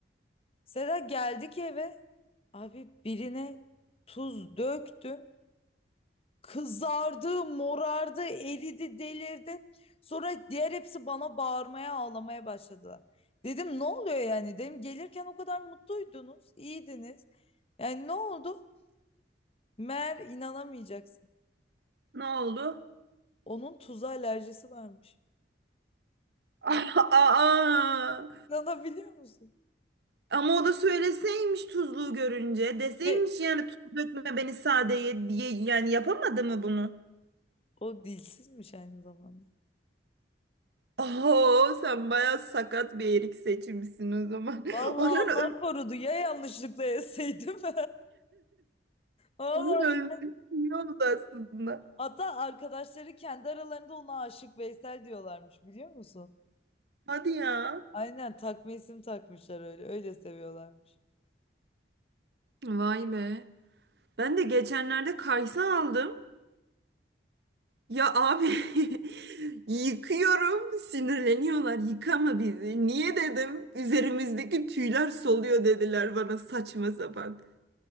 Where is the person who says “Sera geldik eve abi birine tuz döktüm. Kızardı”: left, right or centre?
Left